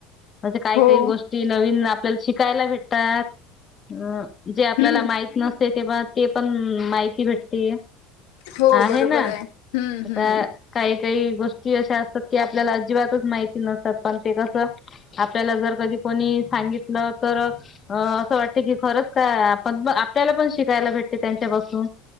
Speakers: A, on the left (about 30°); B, on the left (about 85°).
A: म्हणजे काही काही
B: हो
A: गोष्टी नवीन आपल्याला शिकायला भेटतात. अ जे आपल्याला
B: हम्म
A: माहित नसते तेव्हा ते पण माहिती भेटती..
B: हो
A: आहे
B: बरोबर
A: ना
B: हम्म
A: आता
B: हम्म
A: काही काही गोष्टी गोष्टी अशा असतात की आपल्याला अजिबातच माहिती नसतात पण ते कसं आपल्याला जर कधी कोणी सांगितलं तर अ असं वाटतं की खरंच काय आपण पण आपल्याला पण शिकायला भेटतं त्यांच्या असं